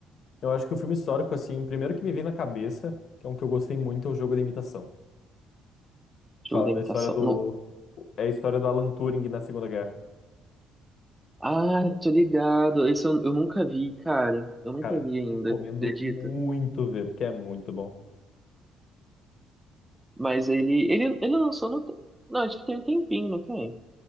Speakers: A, on the left; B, in the centre.
A: Eu acho que o filme histórico, assim, o primeiro que me veio na cabeça, que é um que eu gostei muito, é o Jogo da Imitação.
B: Jogo
A: Fala
B: de
A: da
B: imitação?
A: história do.
B: Não.
A: É a história do Alan Turing na Segunda Guerra.
B: Ah, tô ligado. Esse eu, eu nunca vi, cara. Eu nunca
A: Cara,
B: vi ainda,
A: recomendo
B: acredita?
A: muito ver, porque é muito bom.
B: Mas ele, ele, ele lançou no. te- Não, acho que tem um tempinho, não tem?